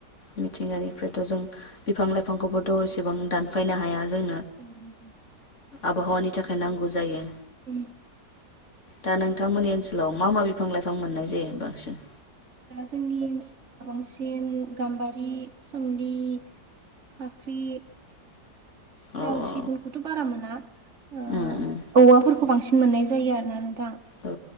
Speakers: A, on the left; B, on the right.
A: मिथिंगानिफ्रायथ' जों बिफां लाइफांखौबोथ' एसेबां दानफायनो हाया जों।
B: औ नोंथां।
A: आबहावानि थाखाय नांगौ जायो।
B: उम
A: दा नोंथांमोननि ओनसोलाव मा मा बिफां लाइफां मोननाय जायो बांसिन?
B: दा जोंनि ओनसोलाव बांसिन गाम्बारि, सोमलि फाख्रि साल
A: अ अ
B: सिगुनखौथ' बारा मोना ओ
A: उम उम
B: औवाफोरखौ बांसिन मोननाय जायो आरो ना नोंथां
A: औ